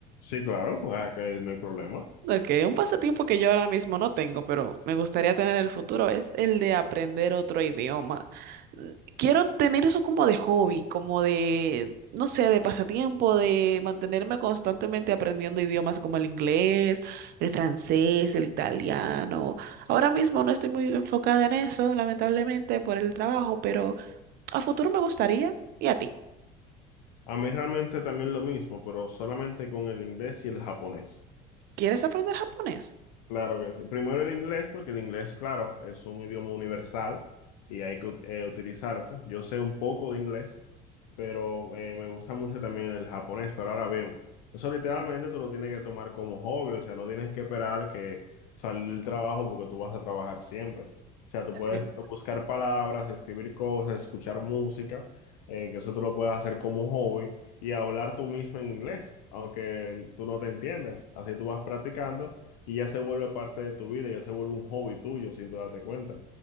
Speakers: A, on the left; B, on the right.
A: Sí, claro, ah, que no hay problema.
B: Ok, un pasatiempo que yo ahora mismo no tengo, pero me gustaría tener en el futuro es el de aprender otro idioma. Mm, Quiero tener eso como de hobby, como de, no sé, de pasatiempo, de mantenerme constantemente aprendiendo idiomas como el inglés, el francés, el italiano. Ahora mismo no estoy muy enfocada en eso, lamentablemente, por el trabajo, pero a futuro me gustaría. ¿Y a ti?
A: A mí realmente también lo mismo, pero solamente con el inglés y el japonés.
B: ¿Quieres aprender japonés?
A: Claro que sí. Primero el inglés, porque el inglés, claro, es un idioma universal y hay que ut- eh, utilizarse. Yo sé un poco de inglés, pero eh, me gusta mucho también el japonés. Pero ahora bien, eso literalmente tú lo tienes que tomar como hobby, o sea, no tienes que esperar que salir del trabajo porque tú vas a trabajar siempre. O sea, tú
B: Es
A: puedes
B: cierto.
A: buscar palabras, escribir cosas, escuchar música, eh, que eso tú lo puedes hacer como hobby y hablar tú mismo en inglés, aunque tú no te entiendas. Así tú vas practicando y ya se vuelve parte de tu vida, ya se vuelve un hobby tuyo sin tú darte cuenta.